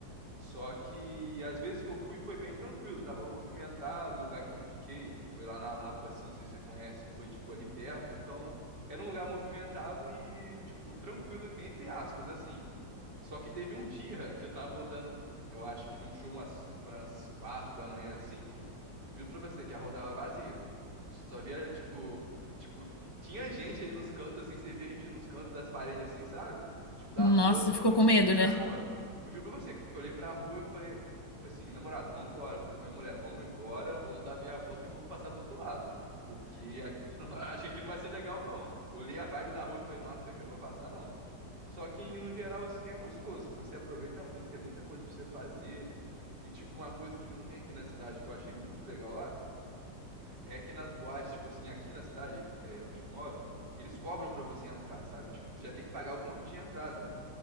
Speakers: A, on the right (about 65°); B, on the left (about 15°).
A: Só que às vezes que eu fui foi bem tranquilo, tava movimentado, o lugar que eu fiquei foi lá na Lapa, assim, não sei se você conhece, foi tipo ali perto, então era um lugar movimentado e tipo tranquilo entre aspas, assim. Só que teve um dia que eu tava voltando, eu acho que de um show umas, tipo, umas quatro da manhã, assim. Juro pra você que a rua tava vazia. Eu só via, tipo, tipo, tinha gente ali nos cantos, assim, você via gente nos cantos das paredes, assim, sabe? Tipo, da
B: Nossa,
A: rua, só
B: ficou
A: que
B: com
A: não
B: medo,
A: tinha ninguém
B: né?
A: na rua. Eu juro pra você que eu olhei pra rua e eu falei, falei assim, namorado, vamos embora. Eu falei pra minha mulher, vamos embora, vamos dar meia volta e vamos passar pro outro lado. Porque aqui, <laughs> não- acho que aqui não vai ser legal, não. Olhei a vibe da rua e falei, nossa, aqui não vou passar, não. Só que no geral, assim, é gostoso, que você aproveita muito, é muita coisa pra você fazer. E, tipo, uma coisa que não tem aqui na cidade, que eu achei muito legal lá, é que nas boates, tipo assim, aqui na cidade, é, onde eu moro, eles cobram pra você entrar, sabe? Tipo, você já tem que pagar o convite de entrada.